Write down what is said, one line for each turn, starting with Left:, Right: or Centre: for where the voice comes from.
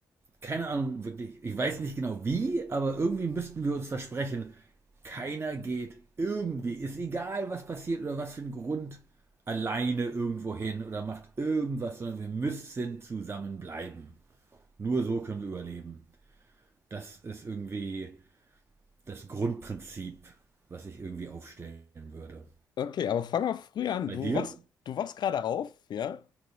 Right: keine Ahnung, wirklich, ich weiß nicht genau wie, aber irgendwie müssten wir uns versprechen, keiner geht irgendwie, ist egal, was passiert oder was für ein Grund, alleine irgendwo hin oder macht irgendwas, sondern wir müssen zusammenbleiben. Nur so können wir überleben. Das ist irgendwie das Grundprinzip, was ich irgendwie aufstellen würde.
Left: Okay, aber fang mal früh an.
Right: Bei
Left: Du
Right: dir?
Left: wachst, du wachst gerade auf, ja,